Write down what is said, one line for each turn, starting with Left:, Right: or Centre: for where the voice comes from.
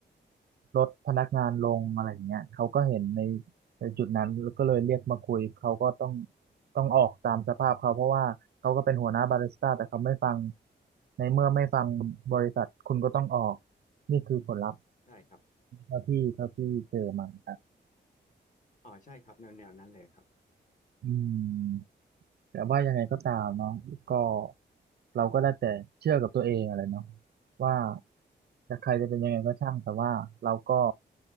Right: ลดพนักงานลงอะไรอย่างเงี้ยเขาก็เห็นในในจุดนั้นแล้วก็เลยเรียกมาคุยเขาก็ต้องต้องออกตามสภาพเขาเพราะว่าเขาก็เป็นหัวหน้าบาริสต้าแต่เขาไม่ฟังในเมื่อไม่ฟังบริษัทคุณก็ต้องออกนี่คือผลลัพธ์
Left: ใช่ครับ
Right: เท่าที่เท่าที่เจอมาครับ
Left: อ๋อใช่ครับแนวแนวนั้นเลยครับ
Right: อืมแต่ว่ายังไงก็ตามเนาะก็เราก็ได้แต่เชื่อกับตัวเองอะไรเนาะว่าจะใครจะเป็นยังไงก็ช่างแต่ว่าเราก็